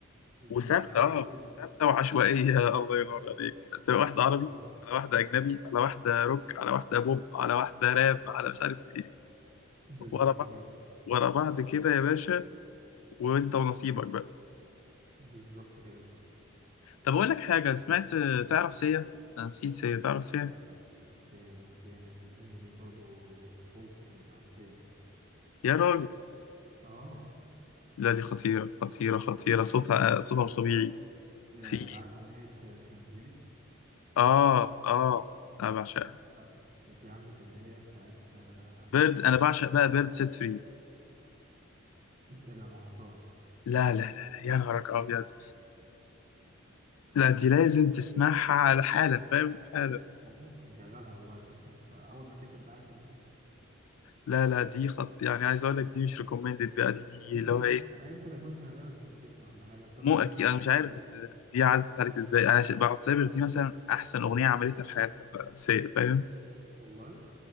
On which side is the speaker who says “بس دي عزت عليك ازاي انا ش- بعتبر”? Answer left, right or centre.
Left